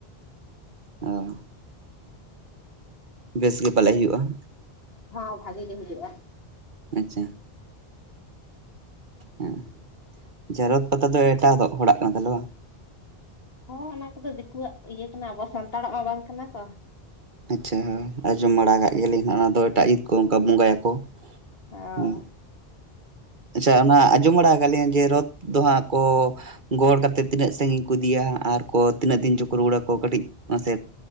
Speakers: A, on the right (about 50°); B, on the left (about 70°).
A: ᱚ ᱵᱮᱥ ᱜᱮ ᱯᱟᱞᱮᱜ ᱦᱩᱭᱩᱜᱼᱟ ᱦᱟᱸᱜ
B: ᱦᱚᱸ ᱵᱷᱟᱜᱤ ᱜᱮ ᱦᱩᱭᱩᱜ-ᱟ
A: ᱟᱪᱪᱷᱟ ᱦᱮᱸ ᱡᱮ ᱨᱚᱛ ᱯᱟᱛᱟ ᱫᱚ ᱮᱴᱟᱜ ᱦᱚᱲᱟᱜ ᱠᱟᱱ ᱛᱟᱦᱞᱮ ᱵᱟᱝ
B: ᱦᱚᱸ ᱚᱱᱟ ᱠᱚᱫᱚ ᱫᱤᱠᱩᱣᱟᱜ ᱤᱭᱟᱹ ᱠᱟᱱᱟ ᱟᱵᱚ ᱥᱟᱱᱛᱟᱲᱟᱜ ᱢᱟ ᱵᱟᱝ ᱠᱟᱱᱟ ᱛᱚ
A: ᱟᱪᱪᱷᱟ ᱦᱳᱭ ᱟᱸᱡᱚᱢ ᱵᱟᱲᱟ ᱠᱟᱫ ᱜᱮᱭᱟᱞᱤᱧ ᱦᱟᱸᱜ ᱚᱱᱟ ᱫᱚ ᱮᱴᱟᱜ ᱡᱟᱹᱛ ᱠᱚ ᱚᱱᱠᱟ ᱵᱚᱸᱜᱟᱭᱟᱠᱚ
B: ᱦᱚᱸ
A: ᱦᱮᱸ ᱟᱪᱪᱷᱟ ᱚᱱᱟ ᱟᱸᱡᱚᱢ ᱵᱟᱲᱟ ᱟᱠᱟᱫ ᱞᱤᱧ ᱡᱮ ᱨᱚᱛᱷ ᱫᱚ ᱦᱟᱸᱜ ᱠᱚ, ᱜᱚᱦᱚᱸᱲ ᱠᱟᱛᱮᱫ ᱛᱤᱱᱟᱹᱜ ᱥᱟᱹᱜᱤᱧ ᱠᱚ ᱤᱫᱤᱭᱟ ᱟᱨᱠᱚ ᱛᱤᱱᱟᱹᱜ ᱫᱤᱱ ᱪᱚᱠᱚ ᱨᱩᱣᱟᱹᱲ ᱟᱠᱚ ᱠᱟᱹᱴᱤᱡ ᱢᱟᱥᱮ